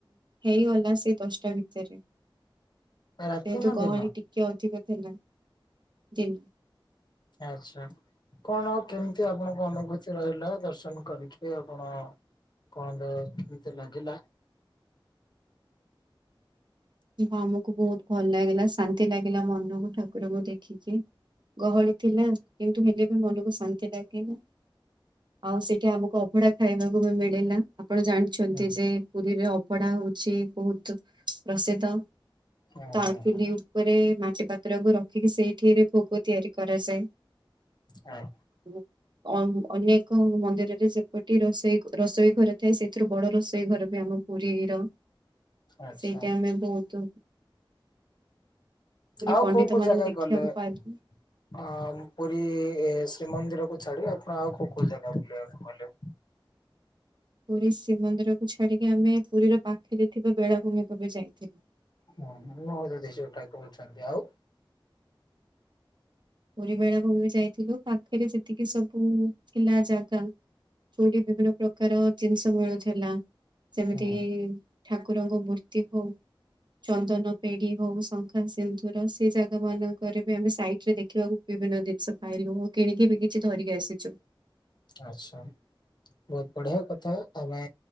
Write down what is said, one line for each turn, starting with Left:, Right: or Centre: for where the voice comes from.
Right: ହେଇଗଲା ସେଇ ଦଶଟା ଭିତରେ। ସେହେତୁ
Left: ରାତି ନା
Right: ଗହଳି
Left: ଦିନ?
Right: ଟିକେ ଅଧିକ ଥିଲା। ତି
Left: ଆଚ୍ଛା। କଣ କେମିତି ଆପଣଙ୍କ ଅନୁଭୂତି ରହିଲା ଦର୍ଶନ କରିକି ଆପଣ କଣ କେମିତି ଲାଗିଲା
Right: ଆମକୁ ବୋହୁତ୍ ଭଲ ଲାଗିଲା ଶାନ୍ତି ଲାଗିଲା ମନକୁ ଠାକୁରଙ୍କୁ ଦେଖିକି। ଗହଳି ଥିଲା କିନ୍ତୁ ହେଲେ ବି ମନକୁ ଶାନ୍ତି ଲାଗିଲା। ଆଉ ସେଠି ଆମକୁ ଅଭଢା ଖାଇବାକୁ ମିଳିଲା ଆପଣ ଜାଣି ଛନ୍ତି
Left: ହୁଁ
Right: ଯେ ପୁରୀରେ ଅବଢା ହୋଉଛି ବୋହୁତ୍ ପ୍ରସିଦ୍ଧ।
Left: ହୁଁ
Right: ତାଳପିନ
Left: ହୁଁ ହୁଁ
Right: ଉପରେ ମାଟି ପାତ୍ରକୁ ରଖିକି ସେଇଥିରେ ଭୋଗ ତିଆରି କରାଯାଏ।
Left: ହଁ।
Right: <unintelligible> ଅ ଅନେକ ମନ୍ଦିରରେ ସେପଟେ ରୋଷେଇ ରଷେଇ ଘର ଥାଏ ସେଥିରୁ ବଡ ରୋଷେଇ ଘରବି ଆମ ପୁରୀର
Left: ଆଚ୍ଛା
Right: ସେଇଟା ଆମେ ବହୁତୁ
Left: ଆଉ
Right: ପଣ୍ଡିତ
Left: କୋଉ କୋଉ
Right: ମାନଙ୍କୁ
Left: ଜାଗାଗଲେ?
Right: ଦେଖିବାକୁ ପାଇଲୁ।
Left: ହଁ ପୁରୀ ଏ ଶ୍ରୀମନ୍ଦିରକୁୁ ଛାଡି ଆପଣ ଆଉ କୋଉ କୋଉ ଜାଗା ବୁଲିବାକୁ ଗଲେ?
Right: ପୁରୀ ଶ୍ରୀମନ୍ଦିରକୁୁ ଛାଡିକି ଆମେ ପୁରୀର ପାଖରେ ଥିବା ବେଳାଭୂମିକୁବି ଯାଇଥିଲୁ।
Left: ହଁ ମୋ ଯଦି ଯଉଟା କହୁଛନ୍ତି ଆଉ?
Right: ପୁରୀ ବେଳା ଭୂମି ଯାଇଥିଲୁ ପାଖରେ ଯେତିକି ସବୁ ଥିଲା ଜାଗା ଯୋଉଠି ବିଭିନ୍ନ ପ୍ରକାର ଜିନିଷ ମିଳୁଥିଲା। ଯେମିତି
Left: ହୁଁ
Right: ଠାକୁରଙ୍କ ମୂର୍ତ୍ତି ହୋଉ ଚନ୍ଦନ ପେଡି ବହୁ ଶଙ୍ଖା ସିନ୍ଦୁର ସେ ଜାଗା ମାନଙ୍କରେ ବି ଆମେ ସାଇଟ୍ରେ ଦେଖ ଦେଖିବାକୁ ବିଭିନ୍ନ ଜିନିଷ ପାଇଲୁ କିଣିକିବି କିଛି ଧରିକି ଆସିଛୁ।
Left: ଆଛା। ବୋହୁତ୍ ବଢିଆ କଥା ଆମେ